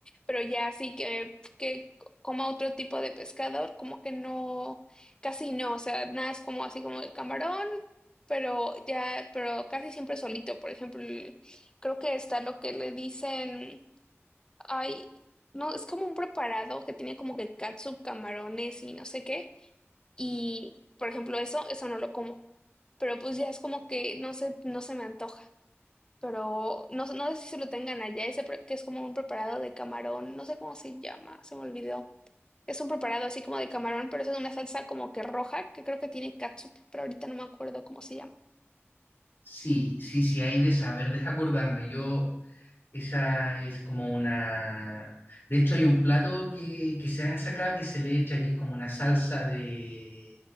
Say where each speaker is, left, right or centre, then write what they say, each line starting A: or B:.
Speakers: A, on the left; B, on the left.
A: pero ya así que, que coma otro tipo de pescador, como que no, casi no, o sea, nada es como así como el camarón, pero ya, pero casi siempre solito, por ejemplo, el- creo que está lo que le dicen, ay, no, es como un preparado que tiene como que catsup, camarones y no sé qué, y por ejemplo eso, eso no lo como, pero pues ya es como que no sé, no se me antoja pero no, sé- no sé si se lo tengan allá, ese pre- que es como un preparado de camarón, no sé cómo se llama, se me olvidó. Es un preparado así como de camarón, pero es en una salsa como que roja, que creo que tiene catsup, pero ahorita no me acuerdo cómo se llama.
B: Sí, sí, sí, hay de saber, deja acordarme. Yo Esa es como una... De hecho, hay un plato que, que se hace acá que se le echa, que es como una salsa de...